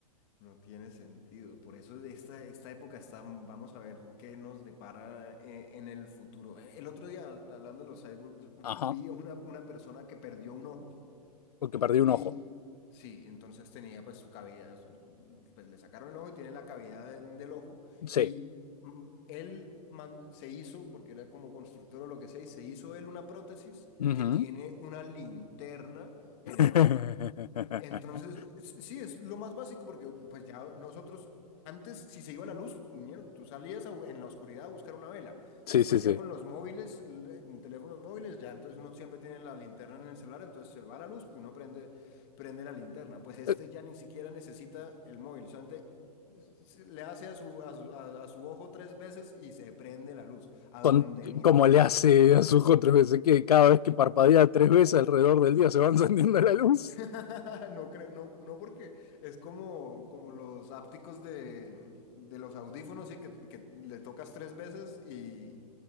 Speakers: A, on the left (about 40°); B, on the left (about 70°).
A: no tiene sentido. Por eso de esta, esta época está, vamos a ver qué nos depara eh, en el futuro. Eh, El otro día, hab- hablando de los cyborgs,
B: Ajá,
A: vi a una, una persona que perdió un ojo
B: porque perdí un
A: y
B: ojo.
A: sí, entonces tenía pues su cavidad, su- pues le sacaron el ojo y tiene la cavidad en- del ojo
B: Sí.
A: y mm, él man- se hizo, porque era como constructor o lo que sea, y se hizo él una prótesis
B: Ujú.
A: que tiene una linterna en
B: <laughs>
A: el ojo. Entonces, es- sí, es lo más básico porque pues ya nosotros, antes si se iba la luz, mierda, tú salías a bu- en la oscuridad a buscar una vela.
B: Sí,
A: Después
B: sí, sí.
A: ya con los móviles, l- en teléfonos móviles, ya entonces uno siempre tiene la linterna en el celular, entonces se va la luz, pues uno prende, prende la linterna. Pues este
B: Eh,
A: ya ni siquiera necesita el móvil, solamente s- le hace a su, a su, a- a su ojo tres veces y se prende la luz, a
B: Con,
A: donde mire.
B: como le hace a su ojo tres veces, que cada vez que parpadea tres veces alrededor del día se va <laughs> encendiendo la luz.
A: <laughs> No creo, no, no porque es como, como los ápticos de, de los audífonos, sí, que, que le tocas tres veces y